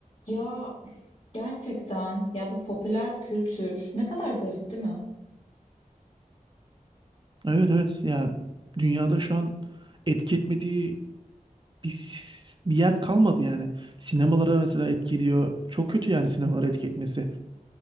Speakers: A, on the left; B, on the right.
A: Ya gerçekten ya bu popüler kültür ne kadar garip değil mi?
B: Evet evet yani dünyada şu an etki etmediği bir, bir yer kalmadı yani. Sinemalara mesela etki ediyor. Çok kötü yani sinemalara etki etmesi.